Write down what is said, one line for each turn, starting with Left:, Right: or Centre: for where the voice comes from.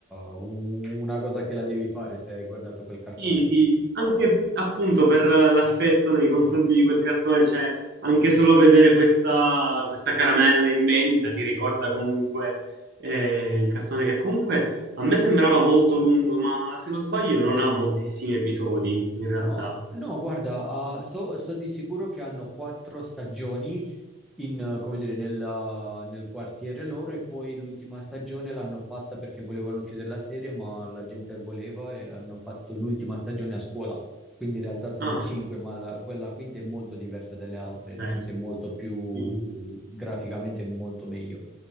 Centre: una cosa che la devi fare se hai guardato quel
Right: Sì,
Centre: cartone.
Right: sì, anche appunto per l'affetto nei confronti di quel cartone, cioè anche solo vedere questa, questa caramella in vendita ti ricorda comunque eh, il cartone che comunque a me sembrava molto lungo, ma se non sbaglio non ha moltissimi episodi in realtà.
Centre: No, no, guarda, ah, so, so di sicuro che hanno quattro stagioni in, eh, come dire, nel, ah, nel quartiere loro e poi l'ultima stagione l'hanno fatta perché volevano chiudere la serie, ma la gente voleva e hanno fatto l'ultima stagione a scuola. Quindi in realtà sono
Right: Ah,
Centre: cinque, ma la- quella quinta è molto diversa dalle altre,
Right: ok.
Centre: nel senso è molto più
Right: Sì, sì.
Centre: graficamente molto meglio.